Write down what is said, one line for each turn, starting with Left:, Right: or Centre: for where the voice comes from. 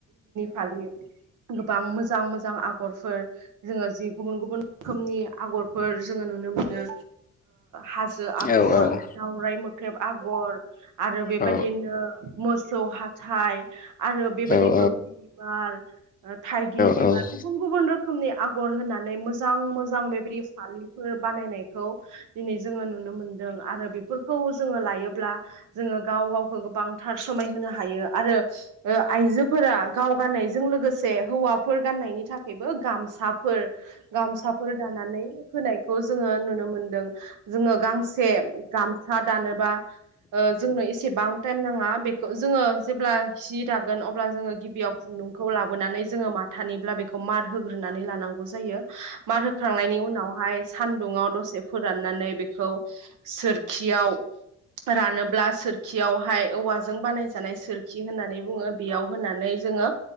Right: फ गोबां मो मोजां मोजां आगरफोर जोङो जि गुबुन गुबुन रोखोमनि आगरफोर जोङो नुनो मोनो। हाजो आगर
Left: औ औ औ
Right: दावराइ मोख्रेब आगर आरो बेबायदिनो
Left: औ
Right: मोसौ हाथाइ आरो
Left: नंगौ
Right: बेबायदि बग्लि बिबार थाइगिर बिबार
Left: औ
Right: गुबुन गुबुन रोखोम रोखोमनि आगर होनानै मोजां मोजां बेबायदि फालिफोर बानायनायखौ दिनै जोङो नुनो मोनदों आरो बे फोरखौ जोङो लायोब्ला जोङो गाव गावखौ गोबांथार समायहोनो हायो आरो ओ आइजोफोरा गाव गाननायजों लोगोसे हौवाफोर गाननायनि थाखायबो गामसाफोर गामसाफोर दानानै होनायखौ जोङो नुनो मोनदों जोङो गांसे गामसा दानोबा। जोंनो एसेबां टाइम नाङा बेखौ जोङो जेब्ला सि दागोन अब्ला जोङो गिबियाव खु दुंखौ लाबोनानै जोङो माथानिब्ला बेखौ मार होग्रोनानै लानांगौ जायो। मार होखांनायनि उनावहाय सान्दुंङाव दसे फोराननानै बेखौ सोर खियाव रानोब्ला सोरखियावहाय औव जों बानाय जानाय सोरखि होननानै बुङो बेयाव होननानै जोङो